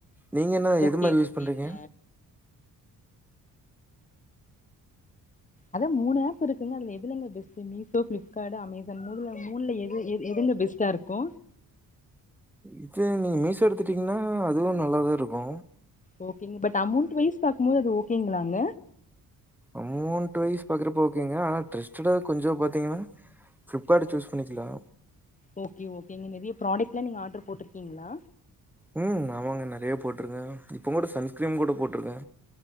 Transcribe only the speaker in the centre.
நீங்க என்ன
எது மாரி யூஸ்
பண்றீங்க
இது நீங்க மீசோ எடுத்துட்டீங்கனா அதுவு நல்லாதாருக்கு
அமௌண்ட் வைஸ் பாக்கறப்ப ஓகேங்க ஆனா ட்ரஸ்ட்டடா கொஞ்சோ பாத்தீங்கனா ஃபில்ப்கார்ட் சூஸ் பண்ணிக்லா
ம் ஆமாங்க நெறய போட்ருக்க இப்போ கூட சன்ஸ்கிரீம் கூட போட்ருக்க